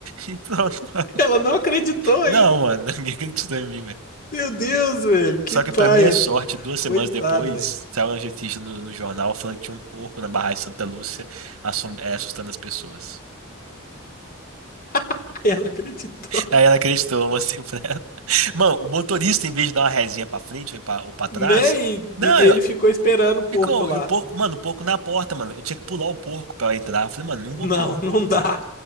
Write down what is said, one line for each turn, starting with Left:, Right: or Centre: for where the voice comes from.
Right: E pronto, mano.
Left: Ela não acreditou ainda.
Right: Não, mano, <laughs> ninguém acreditou em mim, velho.
Left: Meu Deus, velho, que
Right: Só
Left: paia,
Right: que, pra minha sorte,
Left: pô.
Right: duas
Left: Coitado,
Right: semanas depois,
Left: velho.
Right: saiu uma notícia no, no jornal falando que tinha um porco na barragem de Santa Lúcia assom- eh, assustando as pessoas.
Left: <laughs> Aí ela acreditou,
Right: Aí ela acreditou, eu mostrei pra ela. <laughs> Mano, o motorista, em vez de dar uma rezinha pra frente ou pra, ou pra trás,
Left: né? E,
Right: não,
Left: e ele
Right: eu-
Left: ficou esperando o porco
Right: ficou.
Left: lá.
Right: E o porco, mano, o porco na porta, mano. Eu tinha que pular o porco pra ela entrar. Eu falei, mano, não
Left: Não,
Right: vou pular o porco.
Left: <laughs> não dá.